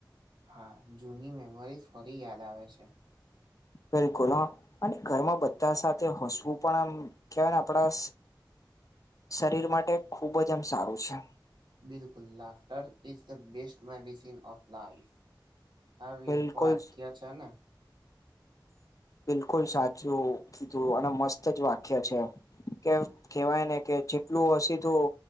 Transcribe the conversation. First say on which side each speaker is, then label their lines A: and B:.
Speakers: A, on the right; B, on the left.
A: હા જૂની મેમરીઝ ફરી યાદ આવે છે.
B: બિલકુલ હ. અને ઘરમાં બધા સાથે હસવું પણ આમ કેવાય ને આપણા શરીર માટે ખૂબ જ આમ સારું છે.
A: બિલકુલ laughter is the best medicine of life. હા આબી
B: બિલકુલ
A: એક વાક્ય છે ને.
B: બિલકુલ સાચું. કીધું અને મસ્ત જ વાક્ય છે કે કેહેવાય ને કે જેટલું હસીધું